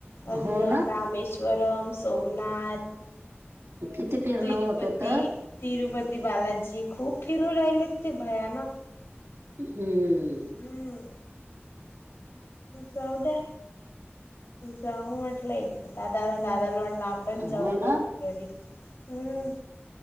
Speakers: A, on the left; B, on the right.
A: अजून
B: हो ना.
A: रामेश्व श्वरम सोमनाथ
B: किती फिरण
A: तिरुपती
B: होत होत.
A: तिरुपती बालाजी खूप फिरू राहिलेत ते भयानक.
B: हम्म
A: हम्म जाऊ द्या जाऊ म्हटल एक दादा दादाला म्हणल आपण जाऊ
B: हो ना.
A: म्हटल कधी तरी. हम्म